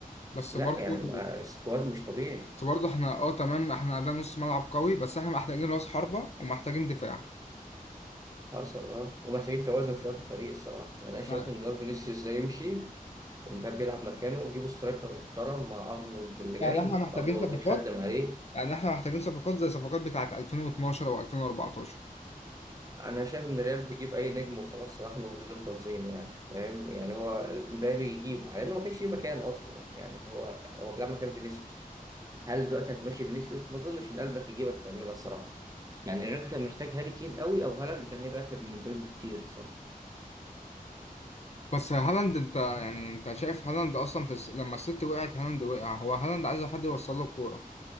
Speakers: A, on the left; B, on the right.
A: بس
B: لا
A: برضو
B: يعني آه، السكواد مش طبيعي
A: بس برضو احنا اه تمام احنا عندنا نص ملعب قوي بس احنا محتاجين راس حربه ومحتاجين دفاع
B: حصل اه ومحتاجين توازن شوية في الفريق الصراحة يعني أنا شايف
A: يعني
B: إن لوت فينيسيوس ده يمشي ومبابي يلعب مكانه وتجيبوا سترايكر محترم مع ارنولد اللي جاي
A: يعني احنا محتاجين
B: ارنولد
A: صفقات
B: يخدم عليه
A: يعني احنا محتاجين صفقات زي صفقات بتاعه 2012 او 2014
B: انا شايف ان الريال بيجيب اي نجم وخلاص صراحه من غير تنظيم يعني فاهم يعني هو مبابي يجيبه على انه ما كانش ليه مكان اصلا يعني هو هو بيلعب مكان فينيسيوس هل دلوقتي هتمشي فينيسيوس ما اظنش ان قلبك يجيبك تعملها الصراحه يعني الريال كان محتاج هاري كين قوي او هالاند كان هيبقى افيد من مبابي بكتير الصراحه
A: بس هالاند انت يعني انت شايف هالاند اصلا في الس- لما الست وقعت هالاند وقع هو هالاند عايز حد يوصل له الكوره